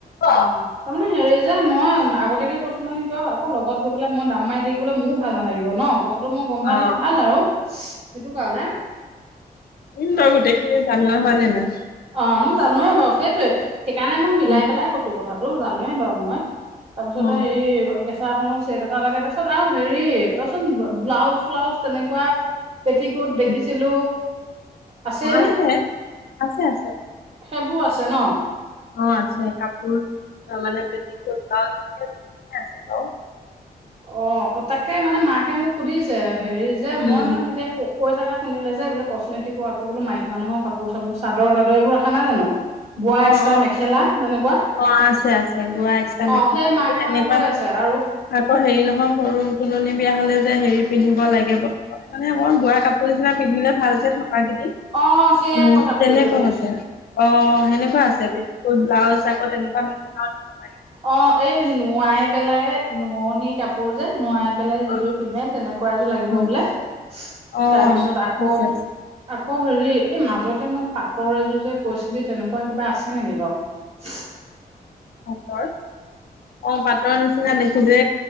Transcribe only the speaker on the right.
অঁ তাৰ মানে হেৰি যে মই আগতীয়াকে কৈ মানে কিয় আকৌ লগত গৈ পেলাই মই দাম মাৰি থাকিবলৈ মোৰো ভাল নালাগিব ন, কথাটো মই গম পালে
ভাল আৰু। সেইটো কাৰণে।
অঁ, মই জানোৱে বাৰু সেইটোৱে সেইকাৰণে মই মিলাই
পেলাই কৈছো কথাটো জানোৱে বাৰু মই। তাৰপিছতে
এই কেঁচা খনৰ ছেট এটা লাগে, তাৰপিছত আৰু হেৰি ৰচোন ব্লাউজ চলাউজ তেনেকুৱা। পেট কোত
দেখিছিলো, আছেই
নে।
সেইবোৰ আছে ন।
অঁ, তাকে মানে মাকে মোক সুধিছে হেৰি যে
মই মানে তেতিয়া ক কৈ থাকা শুনে যে বোলে কচমেটিকো আকৌ বোলো মাইকী মানুহৰ কাপোৰ চাপোৰ চাদৰ তাদৰ এইবোৰ ৰাখা নাই জানো। বোৱা
এক্সট্ৰা
মেখেলা তেনেকুৱা
অ'
সেই মাকে
মানে কৈ আছে আৰু
অ' সেইয়াই
কথা সুধিবলৈ
ধৰিছিলো
অঁ, এই নোৱাই পেলাই নোৱনি কাপোৰ যে, নোৱাই পেলাই যিযোৰ
পিন্ধে তেনেকুৱা এযোৰ লাগিব
বোলে। তাৰ
পিছত আকৌ
আকৌ হেৰি এই মাজতে মই পাটৰ এযোৰ কৈছিলি তেনেকুৱা কিবা আছে নেকি বাও? <inaudible>